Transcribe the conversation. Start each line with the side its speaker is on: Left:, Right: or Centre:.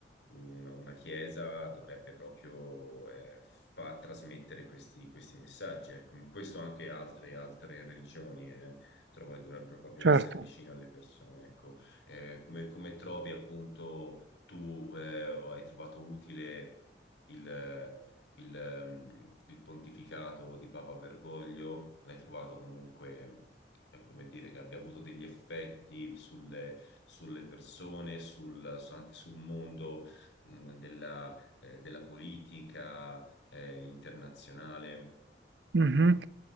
Left: una, una chiesa dovrebbe proprio eh, far trasmettere questi, questi messaggi, ecco. Ma questo anche altre, altre religioni eh, trovo che dovrebbero proprio
Right: certo.
Left: essere vicine alle persone, ecco. Eh, come, come trovi appunto tu eh, o hai trovato utile il, il, ehm, il pontificato di Papa Bergoglio? L'hai trovato comunque... eh, Come dire, che abbia avuto degli effetti sulle, sulle persone, sul, su- anche sul mondo mh, della, eh, della politica eh, internazionale.
Right: Mh-mh. Uhm,